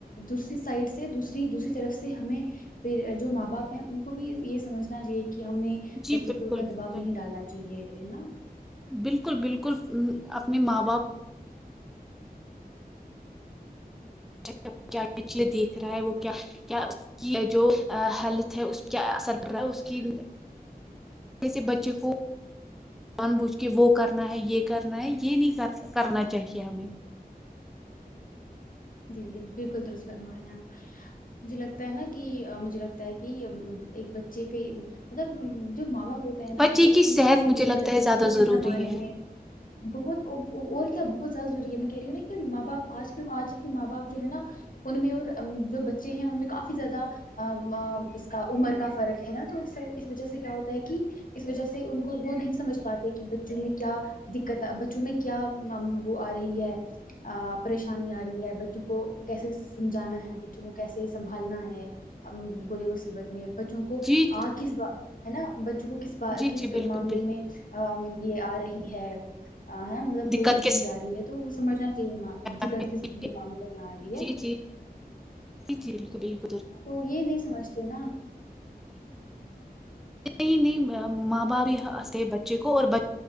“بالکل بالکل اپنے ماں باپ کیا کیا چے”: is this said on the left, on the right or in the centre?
Centre